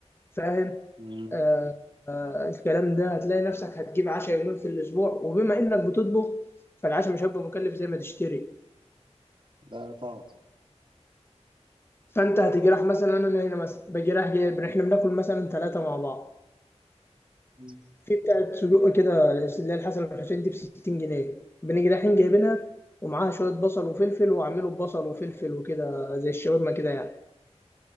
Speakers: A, on the left; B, on the right.
A: فاهم
B: امم
A: آه آه الكلام ده هتلاقي نفسك هتجيب عشاء يومين في الاسبوع وبما انك بتطبخ فالعشاء مش هيبقى مكلف زي ما تشتري
B: لا طبعا
A: فانت هتجي رايح مثلا انا هنا مثلا باجي رايح جايب احنا بناكل مثلا ثلاثة مع بعض
B: مم.
A: في بتاعة سجق كده اللي هي الحسن والحسين دي ب 60 جنيه بنيجي رايحين جايبينها ومعاها شوية بصل وفلفل وعامله ببصل وفلفل وكده زي الشاورما كده يعني